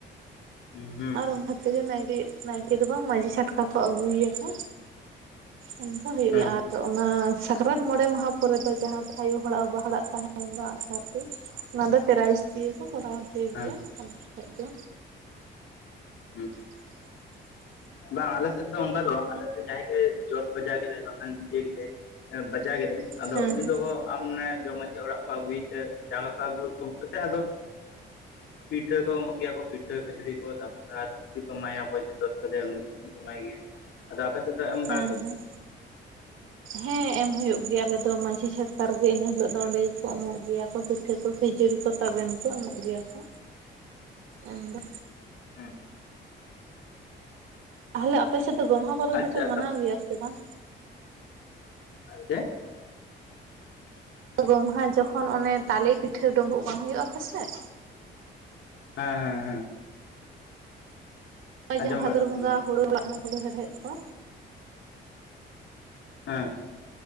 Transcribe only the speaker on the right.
ᱟᱨ ᱚᱱᱠᱟ ᱛᱮᱜᱮ ᱱᱟᱭᱠᱮ ᱱᱟᱭᱠᱮ ᱫᱚ ᱵᱟᱝ ᱢᱟᱹᱡᱷᱤ ᱪᱷᱟᱴᱠᱟ ᱠᱚ ᱟᱹᱜᱩᱭᱮᱭᱟᱠᱚ ᱚᱱᱠᱟ ᱦᱩᱭᱩᱜ
ᱜᱮᱭᱟ ᱟᱨ ᱛᱚ ᱚᱱᱟ ᱥᱟᱠᱨᱟᱛ ᱢᱚᱬᱮ ᱢᱟᱦᱟ ᱯᱚᱨᱮ ᱫᱚ ᱡᱟᱦᱟᱸ ᱫᱚ ᱟᱭᱳ ᱦᱚᱲᱟᱜ ᱵᱟᱵᱟ ᱦᱚᱲᱟᱜ ᱛᱟᱦᱮᱱ ᱫᱚ ᱟᱜᱼᱥᱟᱨ ᱛᱩᱧ ᱚᱱᱟ ᱫᱚ ᱯᱮᱨᱟᱭᱤᱡ ᱫᱤᱭᱮ ᱠᱚ ᱠᱚᱨᱟᱣ ᱦᱚᱪᱚᱭ
ᱜᱮᱭᱟ ᱩᱱ ᱡᱚᱠᱷᱚᱡ ᱫᱚ
<inaudible>
ᱦᱮᱸ
ᱦᱮᱸ
ᱦᱮᱸ
ᱦᱮᱸ ᱦᱮᱸ ᱮᱢ ᱦᱳᱭᱳᱜ ᱜᱮᱭᱟ ᱟᱞᱮ ᱫᱚ ᱢᱟᱺᱡᱷᱤ ᱪᱷᱟᱴᱠᱟ ᱨᱮᱜᱮ ᱤᱱᱟ ᱦᱤᱞᱳᱜ ᱫᱚ ᱚᱸᱰᱮ ᱜᱮᱠᱚ ᱮᱢᱚᱜ ᱜᱮᱭᱟ ᱠᱚ ᱯᱤᱴᱷᱟᱹ ᱠᱚ ᱡᱟᱹᱲᱤ ᱠᱚ ᱛᱟᱵᱮᱱ ᱠᱚ ᱮᱢᱚᱜ ᱜᱮᱭᱟ ᱠᱚ ᱮᱢ ᱫᱚ
ᱛᱟᱦᱚᱞᱮ ᱟᱯᱮ ᱥᱮᱫ ᱫᱚ ᱜᱚᱢᱦᱟ ᱯᱚᱨᱚᱵᱽ
ᱫᱚᱯᱮ ᱢᱟᱱᱟᱣ ᱜᱮᱭᱟ ᱥᱮ ᱵᱟᱝ
ᱜᱚᱢᱦᱟ ᱡᱚᱠᱷᱚᱱ ᱚᱱᱮ ᱛᱟᱞᱮ ᱯᱤᱴᱷᱟᱹ ᱰᱳᱢᱵᱳᱜ ᱵᱟᱝ ᱦᱳᱭᱳᱜᱼᱟ ᱟᱯᱮᱥᱮᱜ
ᱦᱼᱚᱭ
ᱡᱟᱦᱟᱸ ᱵᱷᱟᱫᱚᱨ
ᱵᱚᱸᱜᱟ ᱦᱳᱲᱳ ᱚᱱᱟ ᱠᱚᱫᱚ ᱦᱮᱲᱦᱮᱫ ᱠᱚ